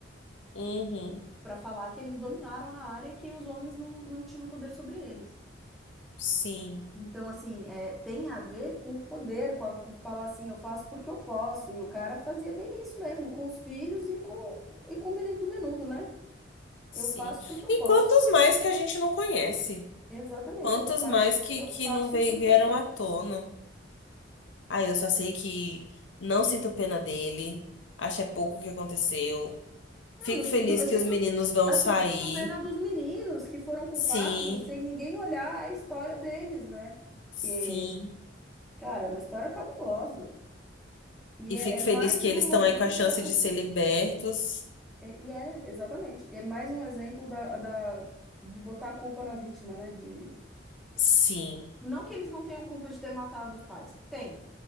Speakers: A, on the left; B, in the centre.
A: uhum.
B: para falar que eles dominaram a área e que os homens não, não tinham poder sobre eles.
A: Sim,
B: Então, assim, é, tem a ver com o poder, com, a- com falar assim, eu faço porque eu posso. E o cara fazia bem isso mesmo, com os filhos e com, e com o menino do menudo, né?
A: sim.
B: Eu faço porque eu
A: E
B: posso.
A: quantos mais que a gente não conhece?
B: Exatamente,
A: Quantos
B: eu faço,
A: mais que,
B: eu
A: que
B: faço
A: não veio-
B: porque
A: vieram
B: eu posso.
A: à tona? Ah, eu só sei que não sinto pena dele. Acho é pouco o que aconteceu.
B: Não,
A: Fico
B: não-
A: feliz
B: não- eu
A: que
B: sinto,
A: os meninos vão
B: assim,
A: sair.
B: eu sinto pena dos meninos que foram culpados
A: Sim,
B: sem ninguém olhar a história deles, né? Porque,
A: sim.
B: cara, é uma história cabulosa. E
A: E
B: é,
A: fico
B: é mais
A: feliz que eles
B: um
A: estão
B: exemplo
A: aí com a chance
B: da culpa.
A: de ser libertos.
B: é, E é, exatamente. é mais um exemplo da, da, de botar a culpa na vítima, né? De...
A: Sim.
B: Não que eles não tenham culpa de ter matado os pais. Tem.